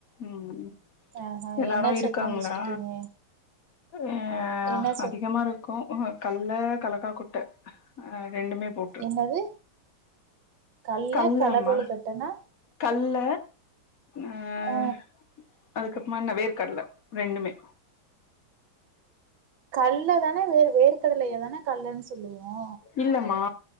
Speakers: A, on the left (about 45°); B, on the right (about 70°).
A: ம்
B: ஆஹா
A: எல்லாரு
B: என்ன சட்னி
A: இருக்காங்ளா
B: வச்சிருக்கீங்க
A: ஆ
B: என்ன சட்
A: அதிகமா இருக்கு உ ங்க கல்ல கல்லக்கா கொட்ட ரெண்டுமே போட்டு
B: என்னது கல்ல
A: கல்லம்மா
B: கல்லக்கொழுக்கட்டனா
A: கல்ல அ
B: ஆ
A: அதுக்கப்றமா என்ன வேர் கடல ரெண்டுமே
B: கல்ல தான வேர் வேர்கடலைய தான கல்லன் சொல்லுவோ
A: இல்லம்மா